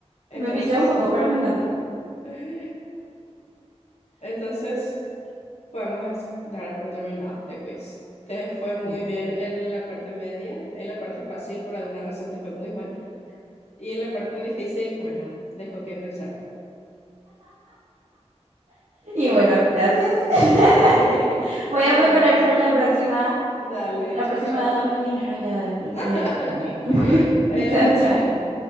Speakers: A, on the left; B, on the right.
A: Entonces,
B: Me piché un poco, pero me encantó.
A: <laughs> entonces Podemos dar por terminado este quiz. Te fue muy
B: <laughs>
A: bien en la parte media, en la parte fácil por alguna razón te fue muy mal y en la parte difícil, bueno, dejo que pensar.
B: Y bueno, gracias. <laughs>
A: Dale,
B: Voy
A: <laughs> nos
B: a mejorar
A: vemos.
B: para la próxima,
A: Dale,
B: la
A: chao,
B: próxima
A: chao.
B: dame dinero ya de, pl-
A: <laughs>
B: de premio. <laughs>
A: Eh,
B: Chao,
A: lo pensaré,
B: chao.